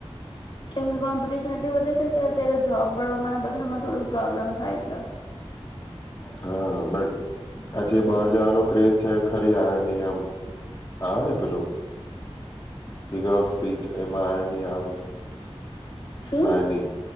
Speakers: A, on the left; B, on the left.
A: કેમ કે કોમ્પિટિશન એટલી વધે છે કે અત્યારે જોબ મળવાના બધામાં થોડું પ્રોબ્લેમ થાય છે.
B: હા, બટ આજે બહાર જવાનો ક્રેઝ છે ખરી આયો નિયમ આવે ને પેલું ફિગર ઓફ સ્પીચ એમાં આની આવે છે.
A: શું
B: આની